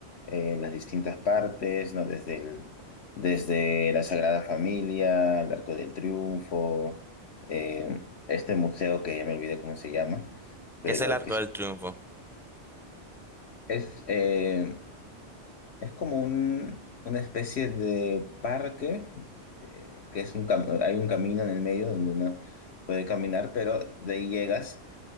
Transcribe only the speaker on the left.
eh, las distintas partes, ¿no? Desde el- desde la Sagrada Familia, el Arco del Triunfo, eh, este museo que ya me olvidé cómo se llama pero
que
es, eh, es como un, una especie de parque, eh, que es un cam- hay un camino en el medio donde uno puede caminar, pero de ahí llegas